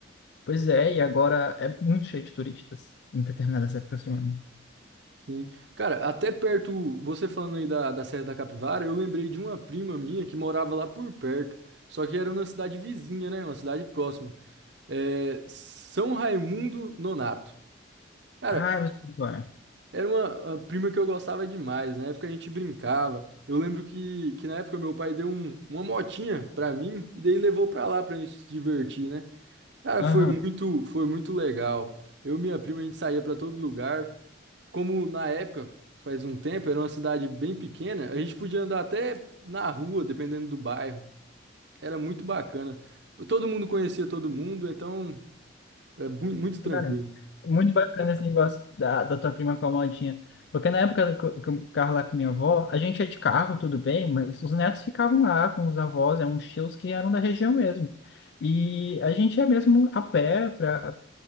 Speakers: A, on the left; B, on the right.
A: Pois é, e agora é muito cheio de turistas em determinadas épocas do ano.
B: Sim. Cara, até perto, você falando aí da, da Serra da Capivara, eu lembrei de uma prima minha que morava lá por perto. Só que era uma cidade vizinha, né? Uma cidade próxima. É, São Raimundo Nonato. Cara,
A: Ah, eu sei qual é.
B: Era uma, uma prima que eu gostava demais. Na época a gente brincava. Eu lembro que, que na época meu pai deu um- uma motinha pra mim e daí levou pra lá pra gente se divertir, né? Cara,
A: Aham.
B: foi muito, foi muito legal. Eu e minha prima a gente saía pra todo lugar. Como na época, faz um tempo, era uma cidade bem pequena, a gente podia andar até na rua, dependendo do bairro. Era muito bacana. Todo mundo conhecia todo mundo, então era bu- muito tranquilo.
A: Cara, muito bacana esse negócio da, da tua prima com a modinha. Porque na época que eu que eu ficava lá com minha avó, a gente ia de carro, tudo bem, mas os netos ficavam lá com os avós, eram uns tios que eram da região mesmo. E a gente ia mesmo a pé para